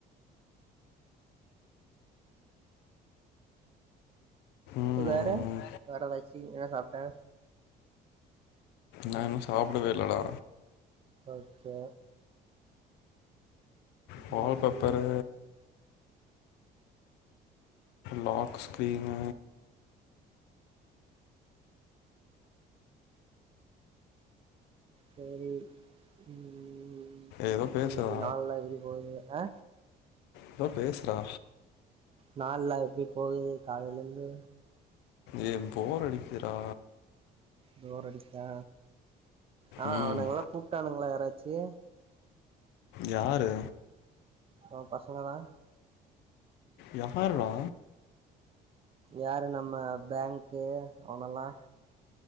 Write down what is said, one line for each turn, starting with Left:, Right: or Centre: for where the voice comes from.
Left: ம்
Right: வேற வேற எதாச்சு என்ன சாப்ட்ட
Left: நா இன்னு சாப்டவே இல்லடா
Right: ஓகே
Left: வால்பேப்பரு
Right: ம்
Left: லாக்ஸ்கிரீன்
Right: சரி ம் ம்
Left: ஏதோ பேசுறா
Right: இன்னைக்கு நாள்லா எப்டி போகுது ஆ
Left: ஏதோ பேசுறா
Right: நாள்லா எப்டி போகுது காலைலந்து
Left: ஏ போர் அடிக்குதுடா
Right: போர் அடிக்தா ஆ
Left: ம்
Right: அவனுங்கலா கூப்ட்டானுங்களா யாராச்சு
Left: யாரு
Right: ஒ பசங்க தா
Left: யார்ரா
Right: யாரு நம்ம பேங்க்கு அவனெல்லா